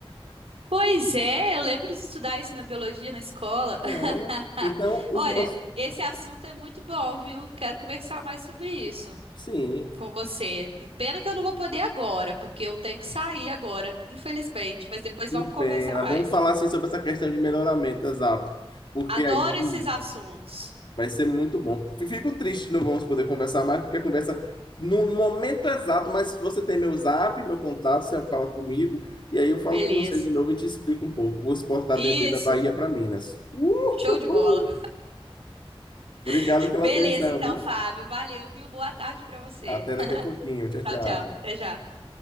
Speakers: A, on the right; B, on the left.
A: Pois é, eu lembro de estudar isso na biologia na escola.
B: É.
A: <laughs>
B: Então, os
A: Olha,
B: nossos.
A: esse assunto é muito bom, viu? Quero conversar mais sobre isso
B: Sim,
A: com você. Pena que eu não vou poder agora, porque eu tenho que sair agora, infelizmente, mas depois
B: que
A: vamos conversar
B: pena.
A: mais.
B: Vamos falar assim sobre essa questão de melhoramento, exato. Porque
A: Adoro
B: aí
A: esses assuntos.
B: Vai ser muito bom. Fico triste, não vamos poder conversar mais, porque a conversa no momento exato, mas você tem meu zap, meu contato, você fala comigo, e aí eu falo
A: Beleza.
B: com você de novo e te explico um pouco. Vou exportar
A: Isso.
B: dendê da Bahia para Minas. Uhul!
A: Show de bola.
B: Obrigado
A: <laughs>
B: pela
A: Beleza,
B: atenção,
A: então,
B: viu?
A: Fábio. Valeu, viu? Boa tarde pra você.
B: Até daqui
A: <laughs>
B: a pouquinho. Tchau, tchau.
A: Tchau, tchau. Até já.